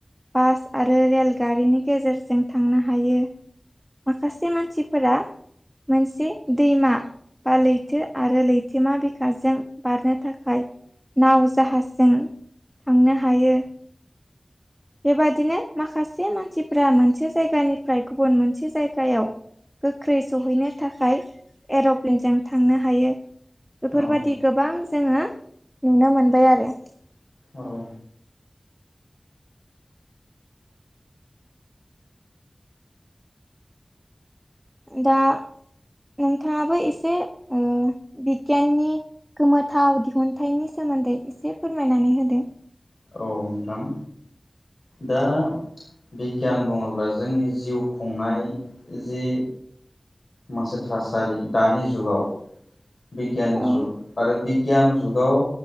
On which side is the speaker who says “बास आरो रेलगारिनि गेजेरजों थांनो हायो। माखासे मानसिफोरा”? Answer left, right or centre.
Centre